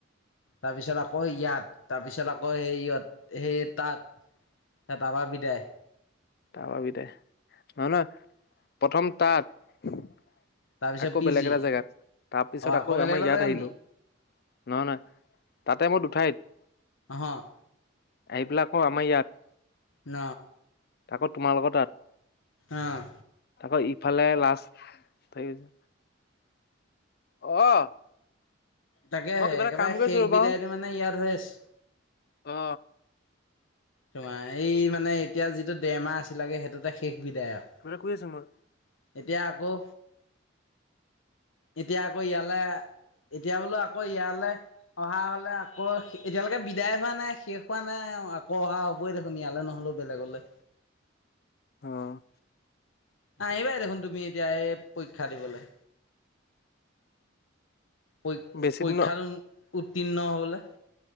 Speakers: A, on the left; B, on the left.
A: তাৰপিছত আকৌ ইয়াত তাৰপিছত আকৌ সেই ইত সেই তাত। এ তাবা বিদায়
B: তাৰপা বিদায় নহয় - নহয় প্ৰথম তাত
A: তাৰপিছত
B: আকৌ
A: পি
B: বেলেগ
A: জি
B: এটা জেগাত তাৰ পিছত
A: অ
B: আকৌ
A: বেলেগ
B: আমাৰ
A: এটা
B: ইয়াত
A: জেগাত
B: আহিলো।
A: নি
B: নহয়- নহয় তাতে মোৰ দুঠাইত
A: অহহ,
B: এইবিলাকো আমাৰ ইয়াত
A: ন
B: আকৌ তোমাৰ লগত তাত
A: আহ,
B: আকৌ ইফালে লাষ্ট থাক গৈছে। অ',
A: তাকে
B: মই কিবা এটা
A: একেবাৰে
B: কাম কৰিছো
A: সেক
B: ৰ'বা
A: বিদায়টো মানে ইয়াত হৈ আছে।
B: অ
A: তোমাৰ
B: কিবা
A: এই মানে এতিয়া যিটো ডেমাৰ আছিলাগে সেইটোতে শেষ বিধায়ক
B: এটা কৰি আছো মই
A: এতিয়া আকৌ এতিয়া আকৌ ইয়ালে এতিয়া বোলো আকৌ ইয়ালৈ অহা হলে আকৌ এতিয়ালৈকে বিদায় হোৱা নাই শেষ হোৱা নাই। কহা হ'বই দেখোন ইয়ালৈ নহলে বেলেগলৈ
B: অহ ',
A: আহিবাই দেখোন তুমি এতিয়া এই পৰীক্ষা দিবলৈ। প-
B: বেছি
A: পৰীক্ষাত
B: দিনৰ
A: উত্তীৰ্ণ হবলৈ।